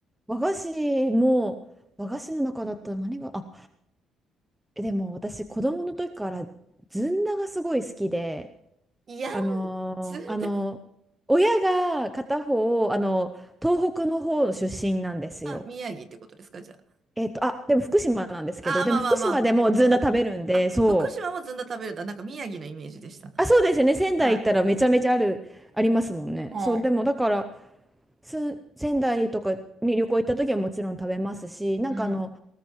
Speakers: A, in the centre; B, on the right.
A: 和菓子も、和菓子の中だったら何が、あ、でも私子供の時からずんだがすごい好きで、
B: いや、
A: あのーあのー親が片方、
B: ずんだ。
A: あの東北の方出身なんですよ。
B: あ、宮城ってことですか、じゃ
A: えっと、あ、でも福島なんですけど、
B: あ。あー、
A: でも福島でもずんだ食べるんで、
B: まあまあまあ。あ、
A: そう。
B: 福島もずんだ食べるだ。なんか宮城のイメージでした。
A: あ、そうですよね。仙台行ったらめちゃめちゃある、
B: はい。
A: ありますもんね。
B: はい。
A: そう、でもだから、す仙台とかに旅行行った時はもちろん食べますし、なんかあの、
B: うん。